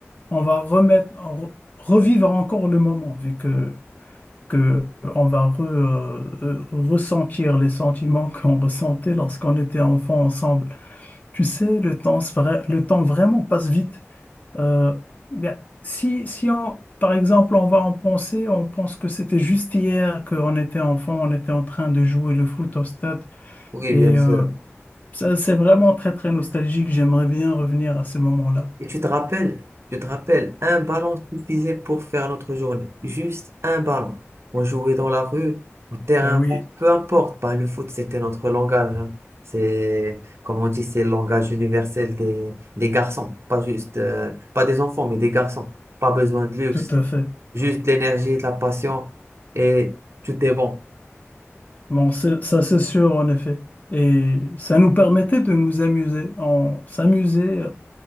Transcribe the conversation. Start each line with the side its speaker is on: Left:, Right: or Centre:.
Left: on va remettre, re- revivre encore le moment, vu que, que on va re- euh, ressentir les sentiments <laughs> qu'on ressentait lorsqu'on était enfant ensemble. Tu sais, le temps, se vra- le temps vraiment passe vite. Euh, bien, si, si on, par exemple, on va en penser, on pense que c'était juste hier qu'on était enfant, on était en train de jouer le foot au stade.
Right: Oui,
Left: Et
Right: bien sûr.
Left: euh, ça, c'est vraiment très, très nostalgique. J'aimerais bien revenir à ce moment-là.
Right: Et tu te rappelles, je te rappelle, un ballon suffisait pour faire notre journée. Juste un ballon. On jouait dans la rue, au terrain
Left: Ben oui,
Right: vague, peu importe. Ben, le foot, c'était notre langage. hein. C'est, comme on dit, c'est le langage universel des, des garçons. Pas juste, euh, pas des enfants, mais des garçons. Pas besoin de luxe,
Left: tout à fait.
Right: juste l'énergie, de la passion et tout est bon.
Left: Bon, c'est- ça, c'est sûr, en effet. Et ça nous permettait de nous amuser. On s'amusait.